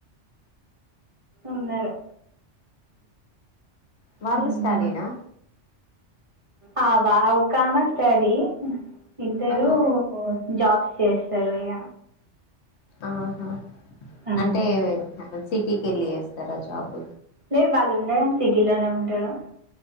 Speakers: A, on the right; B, on the left.
A: ఉన్నరు
B: వాళ్ళు
A: మ్మ్.
B: స్టడీ నా
A: ఆ వా ఒకామా స్టడీ ఇద్దరూ
B: ఆ,
A: జాబ్స్ చేస్తరు ఇగ
B: ఆహా
A: మ్మ్.
B: అంటే సిటీకెళ్ళి చేస్తారా జాబ్
A: లేదు వాళ్ళు ఉండడం సిటీలోనే ఉంటరు